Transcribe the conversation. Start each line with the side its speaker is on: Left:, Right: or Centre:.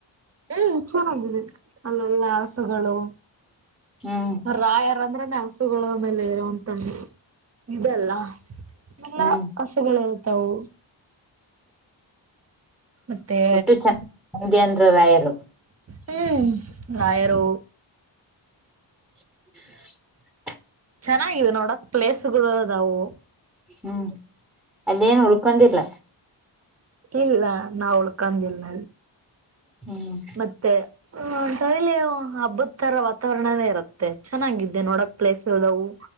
Right: ಹ್ಮ ಚನ್ನಾಗಿದೆ ಅಲ್ಲೆಲ್ಲ ಹಸುಗಳು
Centre: ಹ್ಮ್
Right: ರಾಯಾರ ಅಂದ್ರನೆ ಹಸುಗಳ ಮೇಲೆ ಇರುವೋಂತ ಇದೆಲ್ಲ ಎಲ್ಲ
Centre: ಹ್ಮ್
Right: ಹಸುಗಳ ಇರ್ತವು. ಮತ್ತೆ
Centre: ಟ್ಟು ಸಂಡೆ ಅಂದ್ರು ರಾಯರು
Right: ಹ್ಮ ರಾಯರು
Centre: <inaudible>
Right: ಚೆನ್ನಾಗಿದೆ ನೋಡಕ್ ಪ್ಲೇಸ್ ಗಳು ಅದವು.
Centre: ಹ್ಮ ಅದೇನ ಉಳ್ಕೊಂಡ ಇಲ್ಲ.
Right: ಇಲ್ಲ ನಾ ಉಳ್ಕಂದಿಲ್ಲ
Centre: ಹ್ಮ
Right: ಮತ್ತೆ ಹಾ ಡೈಲಿ ಹಬ್ಬದ ತರ ವಾತಾವರಣನೇ ಇರುತ್ತೆ ಚೆನ್ನಾಗಿದ್ದೆ ನೋಡಕ್ ಪ್ಲೇಸ್ ಇದವು.